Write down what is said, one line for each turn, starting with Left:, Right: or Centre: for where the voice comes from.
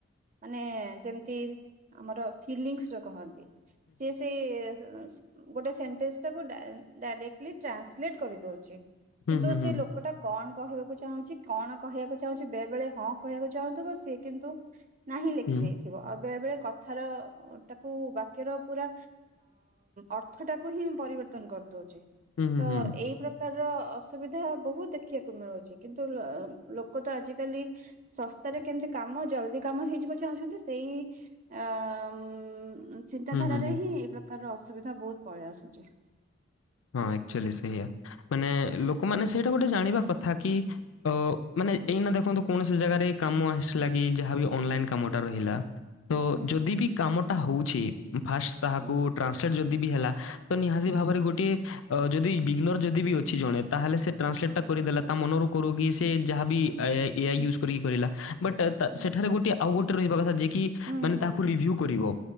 Right: ମାନେ ଯେମିତି ଆମର ଫିଲିଙ୍ଗସ ର କହନ୍ତି ସି ସେ ସ ଗୋଟେ ସେଣ୍ଟେନ୍ସ ଟାକୁ ଡା ଡାରେକଟିଲି ଟ୍ରାନ୍ସଲେଟ କରିଦଉଛି
Left: ହୁଁ,
Right: କିନ୍ତୁ
Left: ହୁଁ, ହୁଁ।
Right: ସେ ଲୋକ ଟା କଣ କହିବାକୁ ଚାହୁଁଛି କଣ କହିବାକୁ ଚାହୁଁଛି ବେଳେ ବେଳେ ହଁ କହିବାକୁ ଚାହୁଁଥିବ ସେ କିନ୍ତୁ ନାହିଁ ଲେଖି
Left: ହୁଁ, ହୁଁ, ହୁଁ।
Right: ଥିବ ଅ ବେଳେ ବେଳେ କଥାର ତାକୁ ବାକ୍ୟର ପୁରା ଅଥ ଅର୍ଥ ଟାକୁ ହିଁ ପରିବର୍ତ୍ତନ କରିଦଉଛି
Left: ହୁଁ, ହୁଁ,
Right: ତ
Left: ହୁଁ, ହୁଁ।
Right: ଏଇ ପ୍ରକାର ପ୍ରକାର ର ଅସୁବିଧା ବହୁତ ଦେଖିବାକୁ ମିଳୁଛି କିନ୍ତୁ ଅ ଲୋକ ତ ଆଜିକାଲି ଶସ୍ତାରେ କେମିତି କାମ ଜଲ୍ଦି କାମ ହେଇଯିବ ଚାହୁଁଛନ୍ତି ସେଇ ଆ ଉଁ ଚିନ୍ତାଧାରା
Left: ହୁଁ, ହୁଁ, ହୁଁ।
Right: ରେ ହିଁ ଏଇ ପ୍ରକାର ଅସୁବିଧା ବହୁତ ପଳେଇ ଆସୁଛି।
Left: ହଁ ଆଚୁଆଲି ସେଇଆ ମାନେ ଲୋକମାନେ ସେଇଟା ଗୋଟେ ଜାଣିବା କଥା କି ଅ ମାନେ ଏଇନା ଦେଖନ୍ତୁ କୌଣସି ଜାଗାରେ କାମ ଆସିଲା କି ଯାହାବି ଅନଲାଇନ କାମଟା ରହିଲା ତ
Right: ହୁଁ
Left: ଯଦି ବି କାମଟା ହଉଛି ଫାଷ୍ଟ ତାହାକୁ
Right: ହୁଁ
Left: ଟ୍ରାନ୍ସଲେଟ ଯଦି ବି ହେଲା ତ ନିହାତି
Right: ହୁଁ
Left: ଭାବରେ ଗୋଟିଏ ଅ ଯଦି ବିଗ୍ନର ଯଦି ବି ଅଛି ଜଣେ ତାହେଲେ ସେ ଟ୍ରାନ୍ସଲେଟ ଟା କରିଦେଲା ତା ମନରୁ କରୁ କି ସେ ଯାହାବି ଏଆଇ
Right: ହୁଁ
Left: ୟୁଜ୍ କରିକି କରିଲା ବଟ୍ ଟ
Right: ହୁଁ
Left: ସେଠାରେ ଗୋଟେ ଆଉ ଗୋଟେ ରହିବା କଥା ଯେ କି
Right: ହୁଁ
Left: ମାନେ
Right: ହୁଁ
Left: ତାକୁ
Right: ହୁଁ
Left: ରିଭ୍ୟୁ କରିବ।